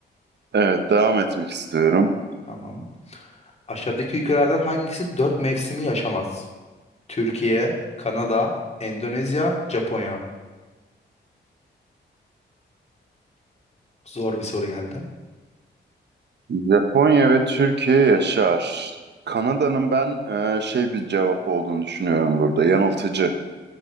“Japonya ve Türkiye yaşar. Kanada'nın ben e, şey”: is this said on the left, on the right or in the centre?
Right